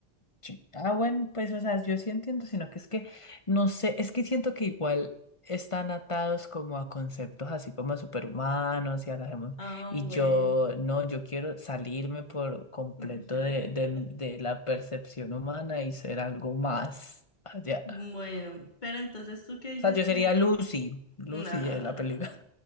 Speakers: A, on the left; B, on the left.
A: Sí. Ah, bueno, pues, o sea, yo sí entiendo, sino que es que, no sé, es que siento que igual están atados como a conceptos así como superhumanos y hagamos,
B: Ah,
A: y
B: bueno.
A: yo, no, yo quiero salirme por completo
B: <laughs>
A: de, de, de la percepción humana y ser algo más allá.
B: Bueno, pero entonces tú qué dices
A: O sea, yo
B: como
A: sería
B: que,
A: Lucy, Lucy
B: nah,
A: de la película,